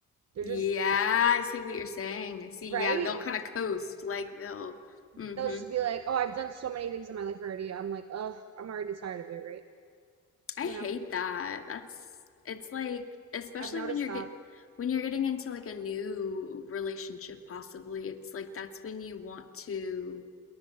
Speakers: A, on the right; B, on the left.
A: they're
B: Yeah,
A: just
B: I see what you're saying. I see.
A: right
B: Yeah, they'll kind of coast like they'll Mhm.
A: they'll just be like oh i've done so many things in my life already i'm like ugh i'm already tired of it right
B: I
A: you
B: hate
A: know
B: that. That's it's like especially
A: i've noticed
B: when you're
A: that
B: get when you're getting into like a new relationship possibly. It's like that's when you want to